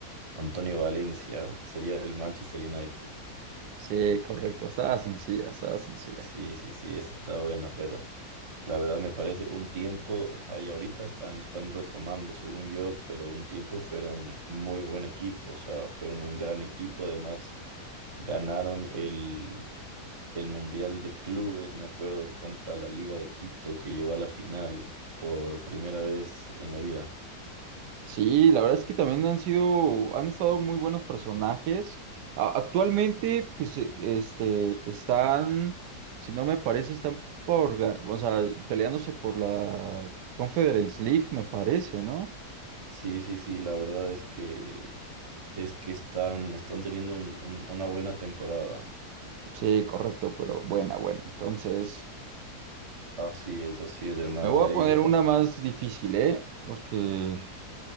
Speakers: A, on the right; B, on the right.
A: Antonio Valencia, sería el Manchester United.
B: Sí, correcto. Estaba sencilla, estaba sencilla.
A: Sí, sí, sí, esa está buena, pero La verdad me parece un tiempo, o sea, y ahorita están, están retomando, según yo, pero un tiempo fueron muy buen equipo, o sea, fueron un gran equipo, además ganaron el, el Mundial de Clubes, me acuerdo, contra la Liga de Quito, que llegó a la final por primera vez en la vida.
B: Sí, la verdad es que también han sido, han estado muy buenos personajes. A- actualmente, pues, e- este, están, si no me parece, están por, ga- o sea, peleándose por la Conference League, me parece, ¿no?
A: Sí, sí, sí, la verdad es que es que están, están teniendo un- un- una buena temporada.
B: Sí, correcto, pero buena, buena. Entonces,
A: Así es, así es, hermano,
B: me voy
A: de
B: a
A: ahí
B: poner
A: déjame.
B: una más difícil, ¿eh? Porque...